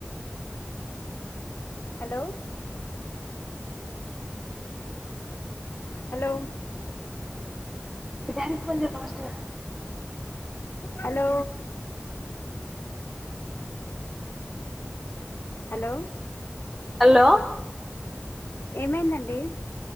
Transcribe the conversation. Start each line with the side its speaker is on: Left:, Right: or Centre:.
Left: హలో హలో
Centre: అక్క డాడికి ఫోన్ చేయ్యక్క ఫస్టు
Left: హలో హలో
Centre: హలో
Left: ఏమైందండీ